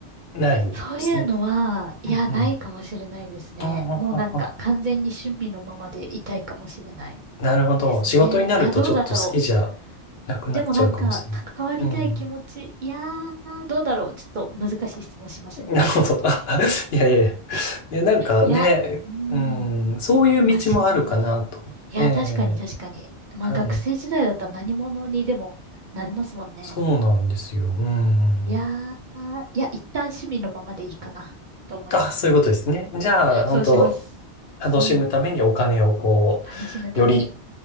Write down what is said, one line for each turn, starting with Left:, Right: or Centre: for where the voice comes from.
Left: ないんですね。
Right: そういうのは、いや、
Left: うんうん。
Right: ないかもしれないですね。
Left: ああ、
Right: もうなんか完全に趣味のままでいたいかもしれない。
Left: なるほど。
Right: ですね。
Left: 仕事になるとちょっと好きじゃ
Right: いや、どうだろう。
Left: なくなっちゃうかもしれない。
Right: でもなんか、関わりたい気持ち。
Left: うん。
Right: いやー、どうだろう。ちょっと難しい質問しますね。
Left: なるほど。
Right: ちょっと。
Left: <laughs> あいやいや。いや、なんかね、
Right: いや、うーん。
Left: うん、そういう道もあるかなと。
Right: まあ、趣味。いや、
Left: ええ、
Right: 確かに確かに。まあ、
Left: はい。
Right: 学生時代だったら何者にでもなれますもんね。
Left: そうなんですよ。うん。
Right: いやー、いや、一旦趣味のままでいいかな、と思います。
Left: あ、そういうことですね。じゃあ、
Right: そうします。
Left: 本当楽しむためにお金をこ
Right: うん。楽しむために、
Left: う、より